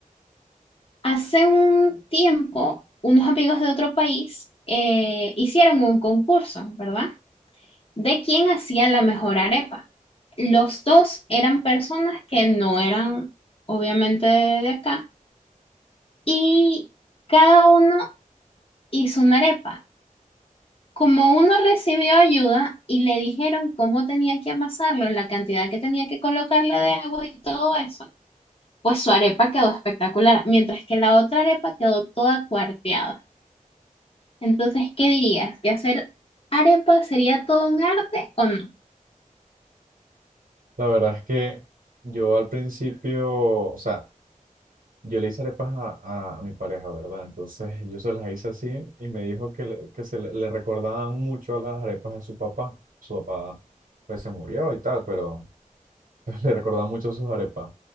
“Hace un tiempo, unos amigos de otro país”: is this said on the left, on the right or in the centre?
Left